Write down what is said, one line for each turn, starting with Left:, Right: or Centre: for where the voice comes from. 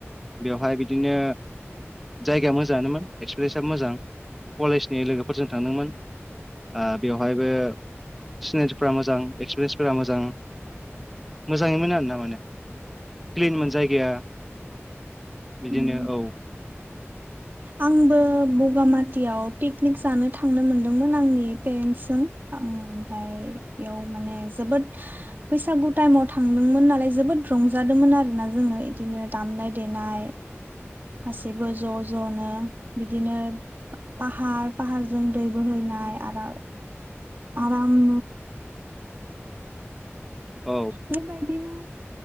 Centre: बेवहाय बिदिनो जायगाया मो जानोमोन एक्सपिरियेन्सआबो मोजां कलेजनि लोगोफोरजों थांदोंमोन ओ बेवहायबो सिनायथिफोरा मोजां एक्सपिरियेन्सफोरा मोजां मोजाङैमोन आर ना माने क्लिनमोन जायगाया बिदिनो
Right: उम
Centre: औ
Right: आंबो बगामाथियाव पिकनिक जानो थांनो मोनदोंमोन आंनि पेरेन्टसजों ओमफाय बेयाव माने जोबोद बैसागु टाइमाव थांदोंमोन नालाय जोबोद रंजादोंमोन आरोना जोङो बिदिनो दामनाय देनाय गासैबो ज' ज'नो बिदिनो फाहार फाहारजों दै बोहैनाय आरो आराम
Centre: औ
Right: बेबायदिनो